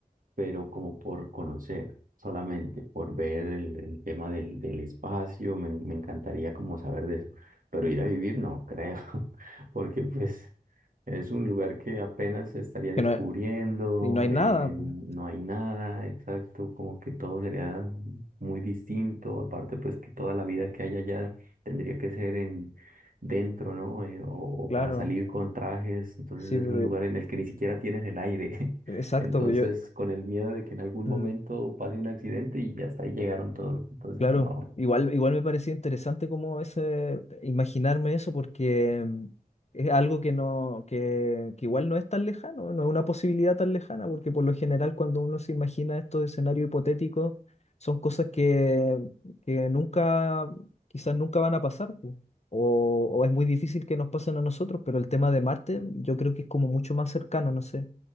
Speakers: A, on the right; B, on the left.
A: pero como por conocer, solamente por ver el, el tema del, del espacio, me, me encantaría como saber de eso, pero ir a vivir no creo, <laughs> porque pues es un lugar que apenas se estaría
B: Que
A: descubriendo,
B: no, hay- y no hay nada,
A: eh,
B: pu,
A: no hay nada exacto, como que todo sería muy distinto, aparte pues que toda la vida que hay allá tendría que ser en... dentro, ¿no? Eh, o, o
B: claro.
A: para salir con trajes, entonces
B: Sí, pero-
A: es un lugar en el que ni siquiera tienes el aire. <laughs>
B: exacto.
A: Entonces,
B: Yo,
A: con el miedo de que en algún
B: mm,
A: momento pase un accidente y ya hasta ahí llegaron todos. Entonces,
B: Claro,
A: no.
B: igual, igual me parecía interesante como ese, imaginarme eso porque mm, es algo que no, que, que igual no es tan lejano, no es una posibilidad tan lejana, porque por lo general cuando uno se imagina estos escenarios hipotéticos son cosas que, que nunca, quizás nunca van a pasar, pues, O, o es muy difícil que nos pasen a nosotros, pero el tema de Marte yo creo que es como mucho más cercano, no sé.